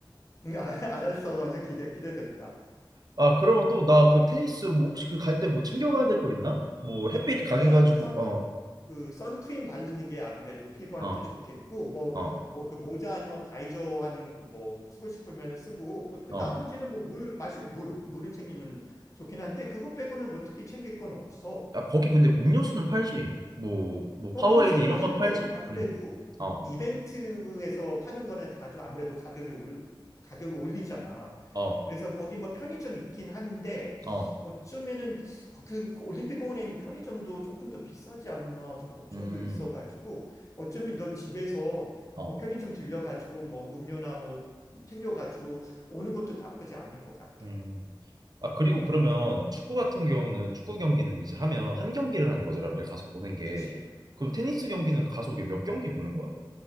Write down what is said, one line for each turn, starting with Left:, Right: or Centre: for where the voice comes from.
Left: 음, 아, <laughs> 알았어. 완전 기대 기대된다.
Right: 아, 그러면 또 나 그 테니스 뭐 혹시 그 갈 때 뭐 챙겨가야 될 거 있나? 뭐 햇빛
Left: 아니
Right: 강해가지고
Left: 그냥 그 선,
Right: 어,
Left: 그 선크림 바르는 게 아무래도 피부한테
Right: 어,
Left: 좋겠고 뭐
Right: 어,
Left: 뭐 그 모자 아니면 바이저 하는 뭐 쓰고 싶으면 쓰고 뭐그
Right: 어.
Left: 나머지는 뭐 물 마실 물 물은 챙기면 좋긴 한데 그것 빼고는 뭐 특히 챙길 건 없어.
Right: 아, 거기 근데 음료수는 팔지?
Left: 응.
Right: 뭐, 뭐
Left: 어,
Right: 파워에이드
Left: 음료수는
Right: 이런
Left: 파는데
Right: 건 팔지?
Left: 그 아무래도
Right: 음, 어,
Left: 이벤트에서 파는 거는 다 좀 아무래도 가격이 올 가격이 올리잖아.
Right: 어,
Left: 그래서 거기 뭐 편의점 있긴 한데
Right: 어,
Left: 어쩌면은 그, 그 그 올림픽 공원에 있는 편의점도 조금 더 비싸지 않나 좀 걱정도
Right: 음,
Left: 있어가지고 어쩌면 너 집에서
Right: 어,
Left: 뭐 편의점 들려가지고 뭐 음료나 뭐 챙겨가지고 오는 것도 나쁘지 않을 것 같아.
Right: 음. 아, 그리고 그러면 축구 같은 경우는 축구 경기는 이제 하면 한 경기를 하는 거잖아, 우리가 가서 보는 게.
Left: 그치?
Right: 그럼 테니스 경기는 가서 우리가 몇 경기 보는 거야?